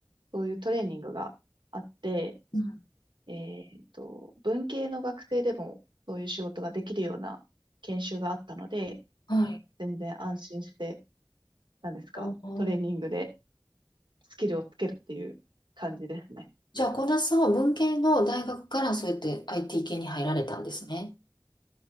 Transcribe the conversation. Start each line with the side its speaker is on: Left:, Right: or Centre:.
Right: そういうトレーニングがあって、
Left: うん。
Right: えっと、文系の学生でもそういう仕事ができるような研修があったので、
Left: はい。
Right: 全然安心して、なんですか、
Left: あー
Right: トレーニングでスキルをつけるっていう感じですね。
Left: じゃあ、小田さんは文系の大学からそうやって IT 系に入られたんですね。